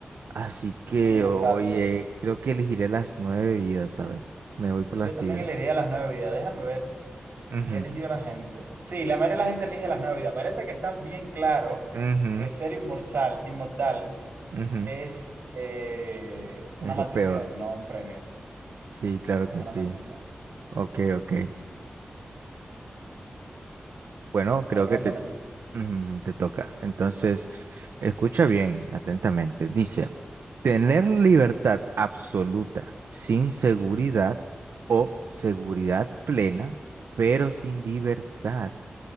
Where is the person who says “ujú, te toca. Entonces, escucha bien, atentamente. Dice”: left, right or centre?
Right